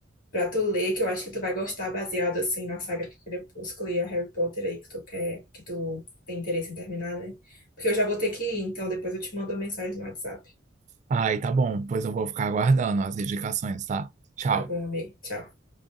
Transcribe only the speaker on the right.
Ai, tá bom. Pois eu vou ficar aguardando as indicações, tá? Tchau.